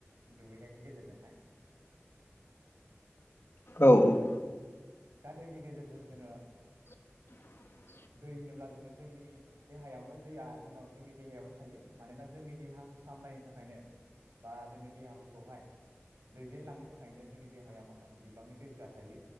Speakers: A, on the right; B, on the left.
A: दुगैनायनि गेजेरजोंहाय
B: औ औ
A: दा दैनि गेजेरजों जोङो
B: <inaudible>
A: दै होनोब्ला जोङो जोंनि देहायावनो दैया जोंनाव जोंनि देहायावनो थायो मानोना जोंनि देहा खौ सामलायनो थाखायनो बा जोंनि देहाफोरखौहाय दैदेनलांनो थाखायनो जोंनि देहायाव माखासे बिबांनि दैफ्रा थायो